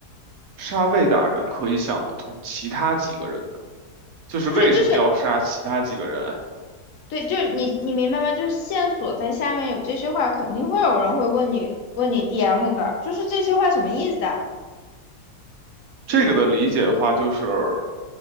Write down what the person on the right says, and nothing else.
杀魏大人可以想得通，其他几个人呢？就是为什么要杀其他几个人？
这个的理解的话，就是